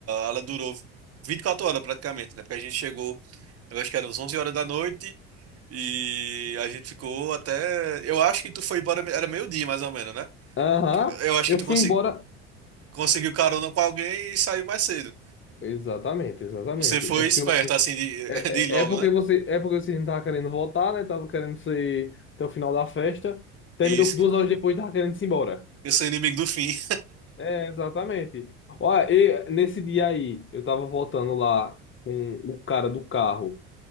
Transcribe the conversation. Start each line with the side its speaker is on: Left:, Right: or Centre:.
Right: ela durou 24 horas praticamente, né? Porque a gente chegou, eu acho que era uns 11 horas da noite e a gente ficou até, eu acho que tu foi embora, me- era meio-dia mais ou menos, né?
Left: Aham.
Right: Eu acho
Left: Eu
Right: que tu
Left: fui
Right: consegui-
Left: embora.
Right: conseguiu carona com alguém e saiu mais cedo.
Left: Exatamente, exatamente.
Right: Você foi
Left: É porque
Right: esperto,
Left: vocês.
Right: assim, de,
Left: É,
Right: <laughs> de ir logo,
Left: é é porque
Right: né?
Left: você, é porque vocês não estavam querendo voltar, né? Tava querendo ser até o final da festa. Terminou
Right: isso,
Left: que duas horas depois, tava querendo ir embora.
Right: eu sou inimigo do fim.
Left: É, exatamente. Olha, e nesse dia aí, eu tava voltando lá com o cara do carro.